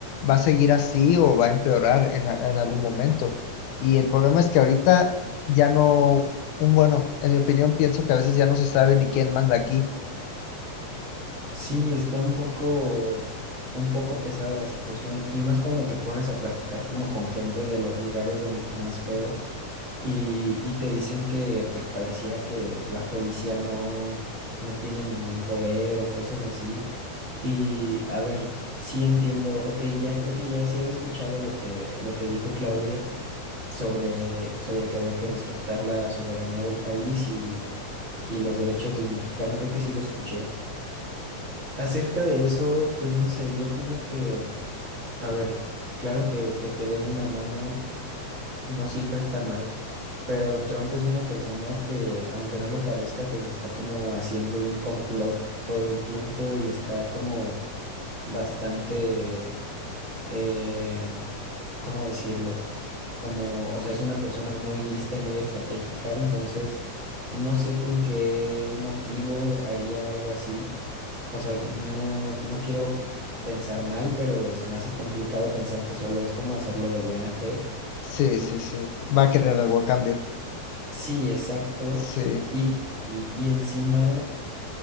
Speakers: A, on the left; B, on the right.
A: va a seguir así o va a empeorar en, a- en algún momento. Y el problema es que ahorita ya no, un bueno, en mi opinión, pienso que a veces ya no se sabe ni quién manda aquí.
B: Sí, está un poco, un poco pesada la situación, y más cuando te pones a platicar como con gente de los lugares donde está más feo. Y, y te dicen que pues pareciera que la policía no, no tiene ningún poder o cosas así. Y a ver, sí entiendo, ok, ya creo que ya sí había escuchado lo que, lo que dijo Claudia sobre, sobre que había que respetar la soberanía del país y, y los derechos del mexicano, creo que sí lo escuché. Acerca de eso, pues no sé, yo opino que, a ver, claro que, que te den una mano no siempre está mal, pero Trump es una persona que, aunque no lo parezca, pues está como haciendo un complot todo el tiempo y está como bastante, eh, ¿cómo decirlo? Como, o sea, es una persona muy lista y muy estratégica, entonces no sé con qué motivo haría algo así. O sea, no, no quiero pensar mal, pero se me hace complicado pensar que solo es como hacerlo de buena fe
A: Sí, sí, sí, va a querer algo a cambio.
B: Sí, exacto.
A: Sí.
B: Y, y- y encima,